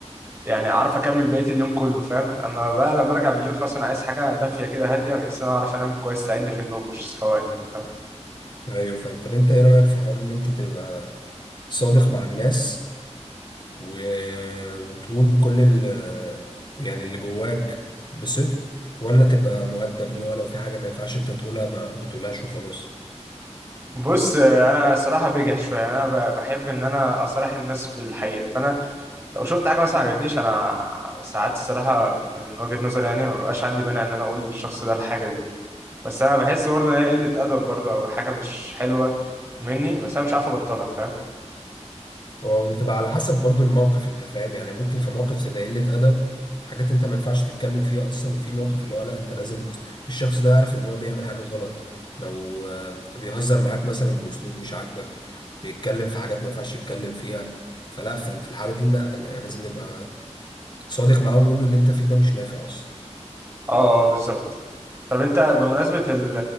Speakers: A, on the right (about 20°); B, on the left (about 40°).
A: يعني اعرف اكمل بقيه اليوم كله فاهم اما بقى لما ارجع بالليل خلاص انا عايز حاجه دافيه كده هاديه بحيث ان انا اعرف انام كويس تساعدني في النوم مش صفواني انت فاهم
B: أيوة فاهم طب أنت إيه رأيك في حوار إن أنت تبقى صادق مع الناس و... وتقول كل ال... يعني اللي جواك بصدق ولا تبقى مؤدب اللي هو لو في حاجة ما ينفعش انت تقولها ما بتقولهاش وخلاص
A: بص آه، انا صراحه بجح شويه انا ب- بحب ان انا اصارح الناس بالحقيقه فانا لو شفت حاجه مثلا عجبتنيش انا ساعات الصراحه من وجهه نظري يعني ما بقاش عندي مانع ان انا اقول للشخص ده الحاجه دي بس انا بحس برضه ان هي قله ادب برضه او حاجه مش حلوه مني بس انا مش عارف ابطلها فاهم
B: هو بتبقى على حسب برضو الموقف انت فاهم يعني ممكن في موقف تبقى قلة أدب حاجات انت ما ينفعش تتكلم فيها اصلا وفي موقف اللي هو لا انت لازم الشخص ده يعرف ان هو بيعمل حاجة غلط لو آه، بيهزر معاك مثلا بأسلوب مش عاجبك بيتكلم في حاجات ما ينفعش يتكلم فيها فلا في في الحالة دي لا يعني لازم نبقى صادق معاه ونقول له اللي انت فيه ده مش نافع اصلا
A: اه اه بالظبط طب انت بمناسبه ال-